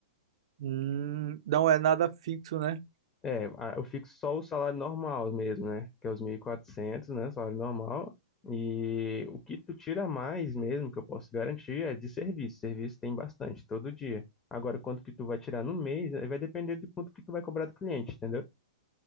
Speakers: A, on the right (about 55°); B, on the left (about 20°).
A: Hum, não é nada fixo, né?
B: É, a- eu fixo só o salário normal mesmo, né? Que é os 1.400, né? Salário normal. E o que tu tira mais mesmo, que eu posso garantir, é de serviço. Serviço tem bastante, todo dia. Agora, quanto que tu vai tirar no mês, aí vai depender do quanto que tu vai cobrar do cliente, entendeu?